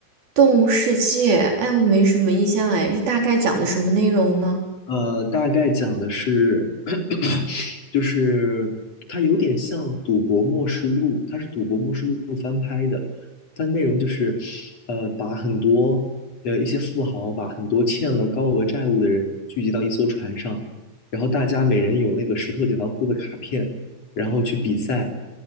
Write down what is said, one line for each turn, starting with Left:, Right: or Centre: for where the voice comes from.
Right: 动物世界，哎，我没什么印象，哎，是大概讲的什么内容呢？
Left: 呃，大概讲的是，<clears throat> 就是它有点像《赌博默示录》，它是《赌博默示录》翻拍的。它内容就是，呃，把很多呃一些富豪，把很多欠了高额债务的人聚集到一艘船上，然后大家每人有那个石头剪刀布的卡片，然后去比赛，